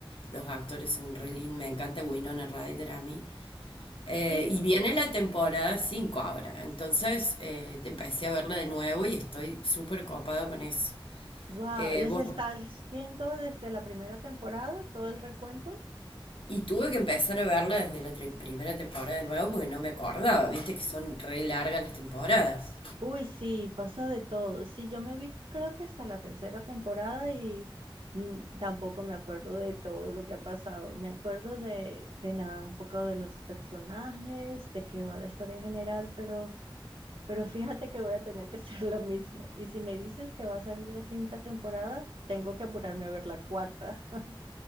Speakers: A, on the left; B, on the right.
A: los actores son re lindos, me encanta Winona Ryder a mí. Eh,
B: Sí,
A: y viene
B: sí.
A: la temporada 5 ahora, entonces eh, empecé a verla de nuevo y estoy súper copada con eso.
B: Wow,
A: Eh,
B: ¿les
A: bueno,
B: estás viendo desde la primera temporada todo el recuento?
A: y tuve que empezar a verla desde la tri- primera temporada de nuevo porque no me acordaba, viste que son re largas las temporadas.
B: Uy, sí, pasa de todo. Sí, yo me vi creo que hasta la tercera temporada y mm, tampoco me acuerdo de todo lo que ha pasado. Me acuerdo de, de nada, un poco de los personajes, de qué va la historia en general, pero... Pero fíjate que voy a tener que <laughs> hacer lo mismo. Y si me dices que va a salir la quinta temporada, tengo que apurarme a ver la cuarta. <laughs>